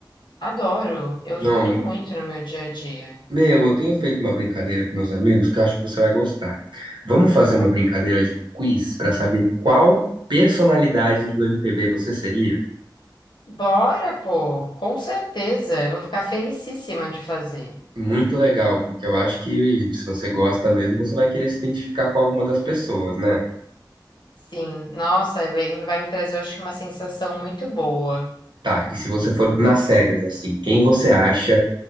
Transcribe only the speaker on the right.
Não,
meu, eu tenho feito uma brincadeira com meus amigos que eu acho que você vai gostar. Vamos fazer
uma brincadeira de um quiz para saber qual personalidade do MPB você seria?
Muito legal, porque eu acho que se você gosta mesmo, você vai querer se identificar com alguma das pessoas, né?
Tá, e se você for nas cegas, assim, quem você acha